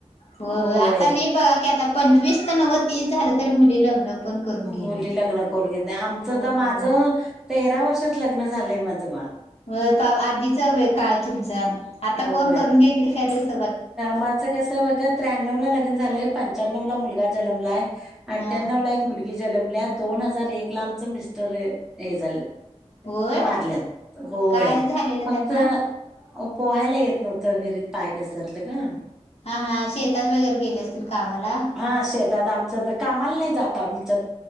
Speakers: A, on the left (about 65°); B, in the centre.
A: हो
B: होय
A: आता नाही बघा की आता पंचवीस तर नव तीस झालं तरी मुली लग्न पण करून घेणार
B: मुली लग्न करून घेत नाही आमचं
A: होय
B: तर माझं
A: होय
B: तेरा वर्षात लग्न झालं माझं बाळ
A: हो पाप आधीच व काळ तुमचा आता
B: होय.
A: कोण करून घेतील काय तस
B: माझं कस बघ त्र्याण्णव ला लगन झालंय पंच्याण्णव ला मुलगा जन्मलाय आठ्ठाणवं
A: हा
B: ला एक मुलगी जन्मल्या दोन हजार एक ला आमचं मिस्टर हे झाल्यात
A: होय
B: वारल्यात होय
A: काय झालेलं
B: फक्त
A: त्यांना?
B: पोहायला येत नव्हतं विहिरीत पाय घसरलं गं
A: हा हा शेतात वगैरे गेले असतील कामाला.
B: हा शेतात आमच तर कामाला नाहीत. जात आमच्या